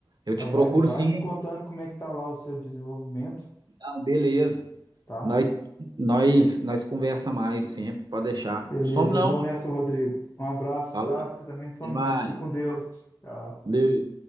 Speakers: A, on the right; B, on the left.
A: Eu
B: Tá,
A: te procuro
B: vai, vai
A: sim.
B: me contando como é que tá lá o seu desenvolvimento,
A: Não, beleza.
B: tá?
A: Nós, nós, nós conversa mais sempre, pode deixar.
B: Beleza,
A: Não some não,
B: eu vou
A: mano.
B: nessa, Rodrigo. Um abraço,
A: Falou,
B: tá? Você também some
A: até mais.
B: não. Fica com Deus. Tchau.
A: Valeu.